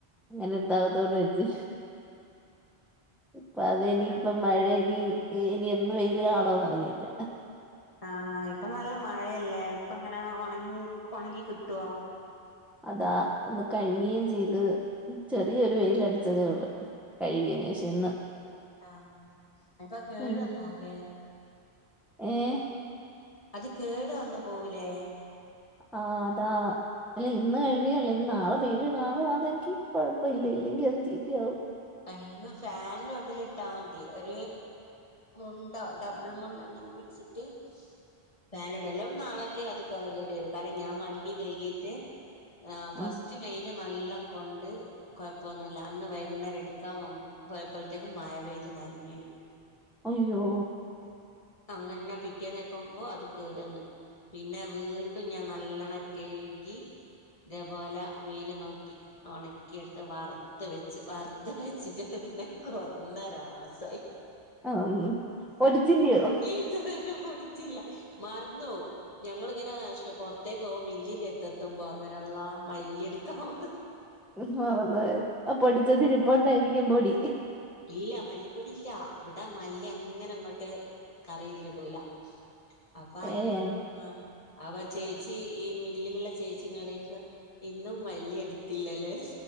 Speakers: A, in the centre; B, on the left.
A: അങ്ങനെ ഇടുത്തകത്ത് കൊണ്ട് വെച്ച് ഇപ്പ അതിനി ഇപ്പ
B: ആഹ്
A: മഴ ഇനി ഇനി എന്ന് വെയില് കാണുവെന്നറിഞ്ഞില്ല.
B: ആഹ് ഇപ്പ നല്ല മഴയല്ലേ ഇപ്പങ്ങനെ ഒണങ്ങി ഒണങ്ങി കിട്ടുവോ
A: അതാ ഇന്ന് കഴുകേം ചെയ്ത് ചെറിയൊരു വെയിലടിച്ചതേ ഒള്ളു. കഴുകിയനേഷം ഇന്ന്
B: ആഹ് അപ്പ കേടുവന്നോവ്
A: മിനി
B: ലെ
A: ഏഹ്
B: അത് കേടു വന്നു പോവൂലേ
A: ആഹ് അതാ അല്ല ഇന്ന് കഴിഞ്ഞിയേള്ളൂ ഇനി നാളെ വെയിൽ കാണുവാന്നെങ്കി കുഴപ്പഇല്ല ഇല്ലെങ്കിൽ അത് ചീത്തയാകും
B: അല്ലങ്കി ഫാൻന്റോട്ടിൽ ഇട്ടാ മതി ഒരു മുണ്ട് ഡബിൾ മുണ്ട് അങ്ങനെ വിരിച്ചിട്ട് ഫാനിടും എല്ലാപിന്നെ നാളൊക്കെ അത് കേ കേടി വരും കാരണം ഞാൻ മല്ലി കെഴ്‌കിട്ട് എഹ് ഫസ്റ്റ്
A: ആഹ്
B: വെയില് നല്ലാം കൊണ്ട് കൊഴപ്പൊന്നുല്ല അന്ന് വൈകുന്നേരം എടുക്കാൻ പോയപ്പോഴത്തേക്കും മഴ പെയ്ത് നൻ ഞ്ഞോയി
A: അയ്യോ
B: അങ്ങെൻന്നെ പിറ്റേന്നേക്കുമ്പോ അത് കേടെന്ന് പിന്നെ വീണ്ടും ഞാൻ നല്ലണ്ണം കഴുകി തേപോല വെയില് നോക്കി ഉണക്കിയെടുത്ത് വറുത്ത് വെച്ച് വറുത്ത് വെച്ചിട്ട്ന്നേക്ക ഒന്നര മാസായി
A: അം പൊടിച്ചില്ലയോ
B: ഇതുവരെ പൊ ടിച്ചില്ല മറന്നോവും ഞങ്ങളിങ്ങനെ പൊറത്തേക്ക് പോക മില്ലിന്റത്ത്ത്തുമ്പോർമെരും അള്ളാഹ് മല്ലി എടുക്കാം മറന്ന്
A: ഉം മറന്നോയത് ആ പൊടിച്ചതിരിപ്പോണ്ടായിരിക്കും പൊടി
B: ഇല്ല മല്ലിപ്പൊടി ഇല്ല ഇവിടെ മല്ലി അങ്ങനെ അങ്ങോട്ട് കറിയിലിടൂല, അപ്പൊ അയിന്
A: ഏഹ്
B: ആ അവ ചേച്ചി ഈ മില്ലിലുള്ള ചേച്ചീ ന്നോടോയ്ക്കും ഇന്നും മല്ലി യെടുത്തില്ലല്ലേ